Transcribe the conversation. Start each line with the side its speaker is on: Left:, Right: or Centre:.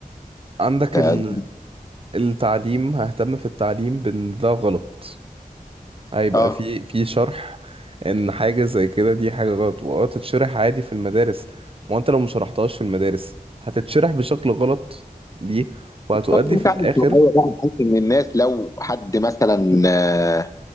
Right: عندك
Left: ده-
Right: ال... التعليم ههتم في التعليم بان ده غلط هيبقى
Left: اه
Right: في في شرح ان حاجة زي كده دي حاجة غلط واه تتشرح عادي في المدارس ما انت لو ما شرحتهاش في المدارس هتتشرح بشكل غلط ليه وهتؤدي
Left: طب انت
Right: في الاخر
Left: عامل توعية بقى بحيث ان الناس لو حد مثلا آه،